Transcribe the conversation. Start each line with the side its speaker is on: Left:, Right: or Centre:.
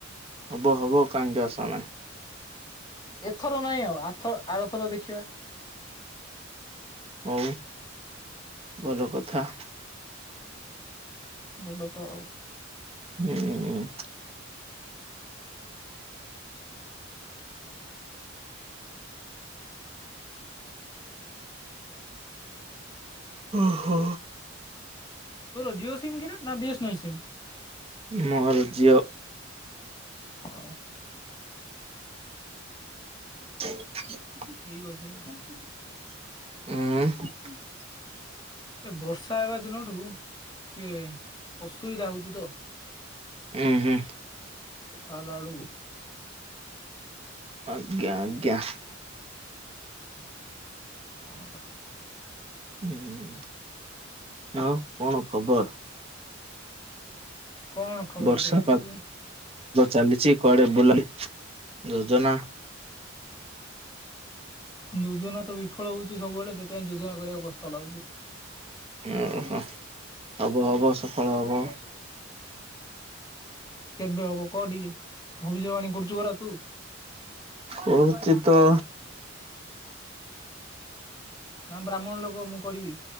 Right: ହବ ହବ କାନ୍ଦି ଆସ ନା।
Left: ଏଥର ନାଇଁ ଆଉ ଆଥର-ଆରଥର ଦେଖିବା।
Right: ହଉ ଭଲ କଥା।
Left: ଭଲ ତ ଆଉ।
Right: ହୁଁ ହୁଁ। ଓ ହୋ।
Left: ତୋର ଜିଓ ସମ୍ କିରେ ନା ବିଏସ୍ ନାଲ୍ ସିମ୍?
Right: ମୋର ଜିଓ।
Left: ଓ।
Right: <inaudible>
Left: ଠିକ ଅଛି।
Right: ଉଁ।
Left: ଏ ବର୍ଷା ହେବା ଦିନଠୁ ଟିକିଏ ଅସୁବିଧା ହେଉଛି ତ।
Right: ଉଁ ହୁଁ।
Left: କଥା ହେଲା ବେଳକୁ
Right: ଆଜ୍ଞା ଆଜ୍ଞା।
Left: ହଁ ପରା।
Right: ହୁଁ ଆଉ କଣ ଖବର?
Left: କଣ ଖବର
Right: ବର୍ଷା
Left: ଦେଖୁଛୁ
Right: ପାଗ ଚାଲିଛି କୁଆଡେ ବୁଲାଲି ଯୋଜନା?
Left: ଯୋଜନା ତ ବିଫଳ ହଉଛି ସବୁବେଳେ ସେଥିପାଇଁ ଯୋଜନା କରିବାକୁ କଷ୍ଟ ଲାଗୁଛି।
Right: ଓହ ହବ ହବ ସଫଳ ହବ।
Left: କେବେ ହବ କୋଉ ଟିକେ ଭବିଷ୍ୟବାଣୀ? କରୁଛୁ ପରା ତୁ
Right: କହୁଛି ତ।
Left: ନା ବ୍ରାହ୍ମଣ ଲୋକ ମୁଁ କରିବି?